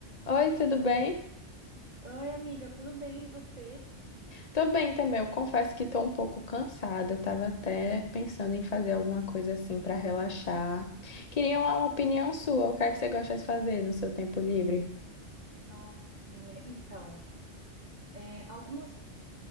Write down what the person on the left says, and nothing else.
Oi, tudo bem?
Tô bem também. Eu confesso que tô um pouco cansada. Tava até pensando em fazer alguma coisa assim pra relaxar. Queria uma
opinião sua. O que é que você gosta de fazer no seu tempo livre?